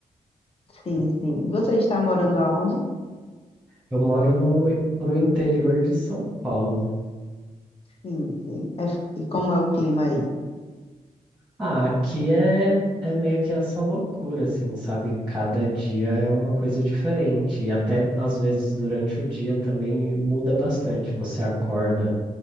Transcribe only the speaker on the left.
Sim, sim. E você está morando aonde?
Sim, sim. É f- e como é o clima aí?